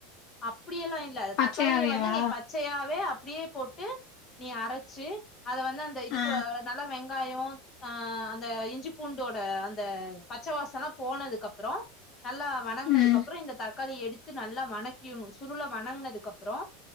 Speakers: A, on the left; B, on the left.
A: அப்டி எல்லா இல்ல
B: பச்சையாவேவா
A: தக்காளிய வந்து நீ பச்சையாவே அப்டியே போட் டு நீ அரச்சு அத வந்து அந்த இதுக்கு
B: ஆ
A: நல்லா வெங்காயோ ஆ அந்த இஞ்சி பூண்டோட அந்த பச்சவாசோல்லா போனதுக்கு அப்றோ நல்லா வணங்குனதுக்கப்புறோ
B: ம்
A: இந்த தக்காளிய எடுத்து நல்லா வணக்கி சுருள வணங்குனதுக்கு அப்றோ